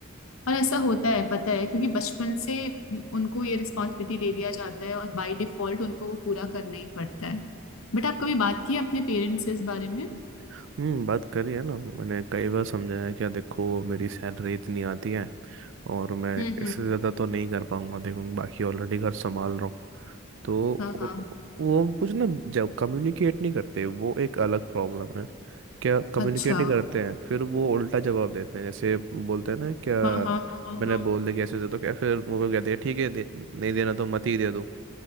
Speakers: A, on the left; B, on the right.
A: और ऐसा होता है पता है क्योंकि बचपन से उनको ये रिस्पॉन्सिबिलिटी दे दिया जाता है और बाय डिफॉल्ट उनको वो पूरा करना ही पड़ता है बट आप कभी बात की है अपने पेरेंट्स से इस बारे में
B: हम्म बात करी है ना मैंने कई बार समझाया है कि देखो मेरी सैलरी इतनी आती है और मैं
A: हम्म
B: इससे
A: हम्म
B: ज़्यादा तो नहीं कर पाऊंगा देखो बाकी ऑलरेडी घर संभाल रहा हूँ तो
A: हाँ हाँ
B: वो वो कुछ ना जब कम्युनिकेट नहीं करते वो एक अलग प्रॉब्लम है क्या कम्युनिकेट
A: अच्छा
B: नहीं करते हैं फिर वो उल्टा जवाब देते हैं जैसे बोलते हैं ना क्या
A: हाँ हाँ हाँ हाँ
B: मैंने
A: हाँ
B: बोल दिया कैसे से तो क्या फिर वो लोग कहते हैं ठीक है दे, नहीं देना तो मत ही दे दो